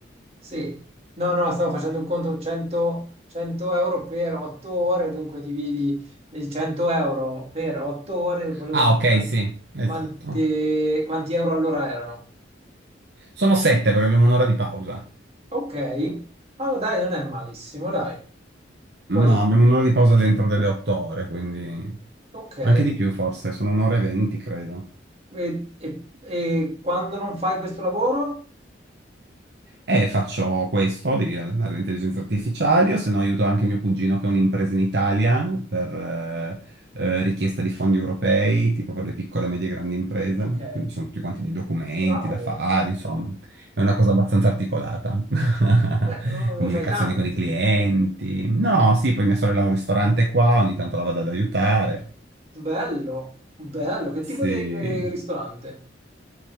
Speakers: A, on the right (about 35°); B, on the right (about 60°).
A: Sì. No, no, stavo facendo il conto 100, 100 euro per 8 ore, dunque dividi i 100 euro per 8 ore, volevo
B: Ah,
A: sapere
B: ok, sì, esatto.
A: quanti, quanti euro all'ora erano.
B: Sono 7 perché abbiamo un'ora di pausa.
A: Ok. Allora, dai, non è malissimo, dai.
B: No,
A: Poi
B: abbiamo un'ora di pausa dentro delle 8 ore, quindi...
A: Ok, e,
B: Anche di più forse, sono un'ora e 20, credo.
A: e- e quando non fai questo lavoro?
B: E faccio questo di allenare l'intelligenza artificiale, o se no aiuto anche mio cugino che ha un'impresa in Italia per eh, eh, richiesta di fondi europei, tipo per le piccole, medie e grandi imprese.
A: Ok,
B: Quindi ci sono tutti quanti dei documenti
A: bravo.
B: da fare, insomma, è una cosa abbastanza articolata. <laughs>
A: Beh, oh, ne
B: Comunicazione
A: fai tanti.
B: con i clienti. No, sì, poi mia sorella ha un ristorante qua, ogni tanto la vado ad aiutare.
A: Bello, bello. Che
B: Sì.
A: tipo di ristorante?